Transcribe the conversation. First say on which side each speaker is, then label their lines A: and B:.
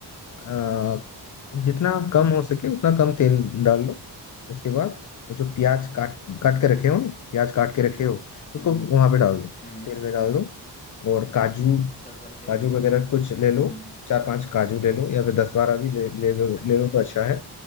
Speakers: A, on the left (about 45°); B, on the left (about 20°).
A: अ, जितना कम हो सके उतना कम तेल डाल लो उसके बाद वो जो प्याज
B: अच्छा
A: काट काट के रखे हो ना प्याज काट के रखे हो उसको
B: हम्म हम्म
A: वहां पे डाल दो
B: हम्म।
A: तेल में डाल दो और काजू
B: अच्छा उस वाले तेल
A: काजू
B: में
A: वगैरह कुछ ले लो
B: हम्म
A: चार पांच काजू ले लो या फिर दस बारह भी ले ले लो
B: अच्छा
A: ले लो तो अच्छा है